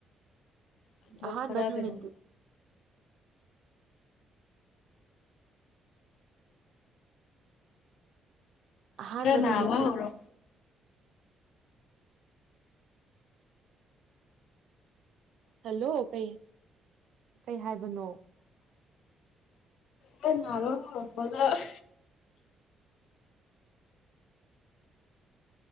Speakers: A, on the left; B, on the right.
A: ꯑꯗꯣ
B: ꯑꯍꯥꯟꯕ
A: ꯈꯔ
B: ꯅꯨꯃꯤꯠ
A: ꯀꯩꯅꯣ
B: ꯑꯍꯥꯟꯕ
A: <inaudible> ꯈꯔꯅꯥꯕ
B: ꯅꯨꯃꯤꯠꯇꯨ
A: ꯍꯧꯔꯣ
B: ꯍꯜꯂꯣ ꯀꯩ ꯀꯩ ꯍꯥꯏ ꯕꯅꯣ
A: ꯄꯨꯛꯅꯕ <unintelligible>